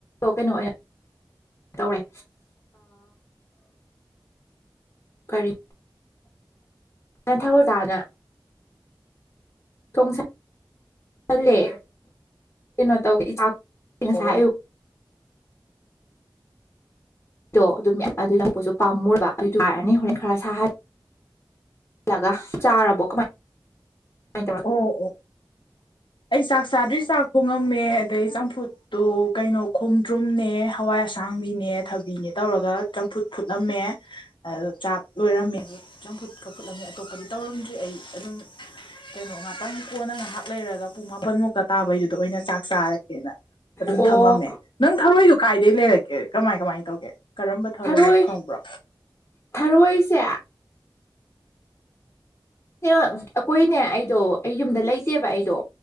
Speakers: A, on the left; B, on the left.
A: ꯀꯩꯅꯣ ꯑꯣꯏꯅ ꯇꯧꯔꯦ ꯀꯔꯤ ꯊꯒꯜ ꯇꯥꯅ ꯊꯣꯡꯁꯂꯦ ꯀꯩꯅꯣ ꯇꯧꯋꯦ ꯉꯁꯌꯨ
B: ꯑꯣ ꯑꯣ
A: ꯣ ꯑꯗꯨꯝ ꯑꯗꯨ ꯂꯧꯕꯁꯨ ꯄꯥꯝꯃꯨꯔꯕ ꯑꯗꯨ ꯌꯥꯔꯅꯤ ꯍꯣꯔꯦꯟ ꯈꯔ ꯁꯥꯍꯜ ꯂꯒ ꯆꯥꯔꯔꯕꯣ ꯀꯃꯥꯏ ꯀꯃꯥꯏꯅ ꯇꯧꯔꯒꯦ
B: ꯑꯣ ꯑꯣ ꯑꯩꯁ ꯆꯥꯗ꯭ꯔꯤ ꯆꯥꯛ ꯈꯣꯡꯉꯝꯃꯦ ꯑꯗꯩ ꯆꯝꯐꯨꯠꯇꯣ ꯀꯩꯅꯣ ꯈꯣꯡꯗ꯭ꯔꯨꯝꯅꯦ ꯍꯋꯥꯏ ꯑꯁꯥꯡꯕꯤꯅꯦ ꯊꯕꯤꯅꯦ ꯇꯧꯔꯒ ꯆꯝꯐꯨꯠ ꯐꯨꯠꯂꯝꯃꯦ ꯑ ꯆꯥꯛ ꯂꯣꯏꯔꯝꯃꯦ ꯆꯝꯐꯨꯠꯀ ꯐꯂꯝ ꯑꯗꯨ ꯑꯇꯣꯞꯄꯗꯤ ꯇꯧꯔꯝꯗ꯭ꯔꯤ ꯑꯩ ꯑꯗꯨꯝ ꯀꯩꯅꯣ ꯉꯍꯥꯛꯇꯪ ꯀꯣꯟꯅ ꯉꯥꯏꯍꯥꯛ ꯂꯩꯔꯒ ꯄꯨꯡ ꯃꯥꯄꯟꯃꯨꯛꯀ ꯇꯥꯕꯩꯗꯨꯗ ꯑꯗꯨꯗ ꯑꯣꯏꯅ ꯆꯥꯛ ꯆꯥꯔꯀꯦꯅ ꯑꯗꯨꯝ
A: ꯑꯣ
B: ꯊꯝꯃꯝꯃꯦ ꯅꯪ ꯊꯔꯣꯏꯗꯣ ꯀꯥꯏꯗꯒꯤꯩ ꯂꯩꯔꯛꯀꯦ ꯀꯃꯥꯏ ꯀꯃꯥꯏꯅ ꯇꯧꯒꯦ ꯀꯔꯝꯕ ꯊꯧꯔꯝꯅꯣ
A: ꯊꯔꯣꯏ
B: ꯈꯪꯕ꯭ꯔꯣ
A: ꯊꯔꯣꯏꯁꯦ ꯑꯩꯈꯣꯏꯅꯦ ꯑꯩꯗꯣ ꯑꯩ ꯌꯨꯝꯗ ꯂꯩꯇꯦꯕ ꯑꯩꯗꯣ